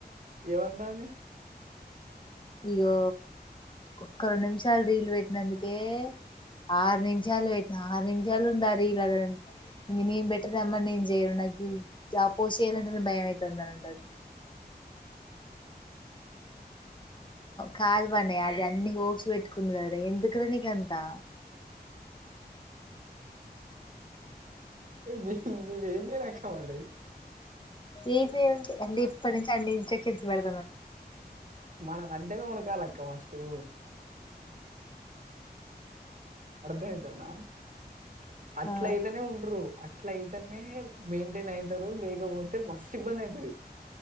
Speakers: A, on the right; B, on the left.
A: ఏమంటాంది.
B: ఇగో ఒక్క రొండ్ నిమిషాలు రీల్ పెట్టినందుకే ఆరు నిమిషాలు పెట్టిన ఆరు నిమిషాలు ఉంద ఆ రీల్ అ నేన్ పెట్టలే అమ్మ నేన్ చేయను నాక్ గా పోస్ట్ చేయాలంటేనే భయంమవుతుంది అని అంటది. కాల్ ఇవ్వన్నీ అది అన్ని హోప్స్ పెట్టుకుంది కదరా ఎందుకురా నీకంతా
A: ఏం చేసింది నేనేం చేయలే అక్క మరి
B: ఏసెయి ఉంటే అంటే ఇప్పుడ్ నుంచే అన్ని ఇన్స్టెక్షన్స్ పెడ్
A: మనం అంటేనే వనకాలక్క ఫస్ట్ టూ అర్థమైతాందా అట్లయితేనే
B: ఆ
A: ఉంటరు.. ట్ల నే మెయింంటైన్ అయితారు లేేకపోతే మతే మస్ ఇబ్బంది అయితుది